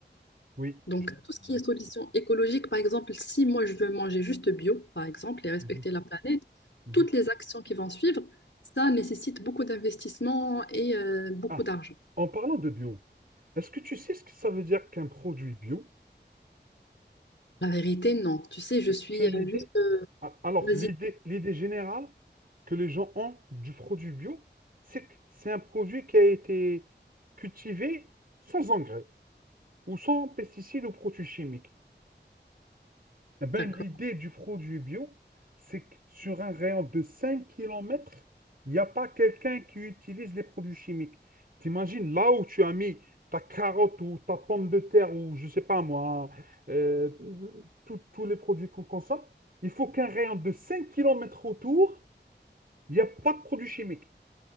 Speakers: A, on the right; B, on the left.
A: Oui.
B: Donc,
A: Je suis
B: tout ce qui
A: d'accord.
B: est solution écologique, par exemple, si moi je veux manger juste bio, par exemple, et respecter
A: Mhm,
B: la planète,
A: mhm.
B: toutes les actions qui vont suivre, ça nécessite beaucoup d'investissement et euh, beaucoup
A: Ah,
B: d'argent.
A: en parlant de bio, est-ce que tu sais ce que ça veut dire qu'un produit bio?
B: La vérité, non. Tu sais, je
A: Est-ce
B: suis
A: que tu as
B: euh,
A: une idée?
B: juste... euh,
A: Ah, Alors,
B: Vas-y.
A: l'idée, l'idée générale que les gens ont du produit bio, c'est que c'est un produit qui a été cultivé sans engrais ou sans pesticides ou produits chimiques. Eh ben,
B: D'accord.
A: l'idée du produit bio, c'est que sur un rayon de 5 kilomètres, il n'y a pas quelqu'un qui utilise les produits chimiques. T'imagines, là où tu as mis ta carotte ou ta pomme de terre ou je sais pas moi, euh, tout- tous les produits qu'on consomme, il faut qu'un rayon de 5 kilomètres autour, il n'y a pas de produits chimiques.